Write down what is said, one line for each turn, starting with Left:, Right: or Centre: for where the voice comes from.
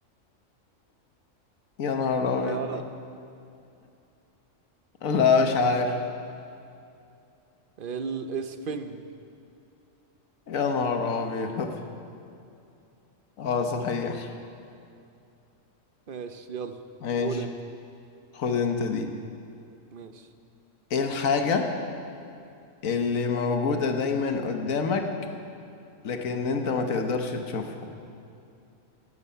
Left: يا نهار
Right: اه
Left: ابيض <laughs> لا مش عارف
Right: الاسفنج
Left: يا نهار أبيض اه صحيح
Right: ماشي يلا
Left: ماشي
Right: قول انت
Left: خد انت دي
Right: ماشي
Left: ايه الحاجة اللي موجودة دايما قدامك لكن انت ما تقدرش تشوفها